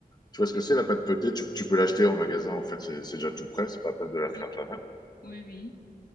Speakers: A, on the left (about 25°); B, on the left (about 75°).
A: Tu vois ce que
B: Oui,
A: c'est la pâte feuilletée tu, tu, peux l'acheter en magasin, en fait, c'est c'est déjà tout prêt, c'est pas la peine de la
B: oui,
A: faire toi-même.
B: oui, oui.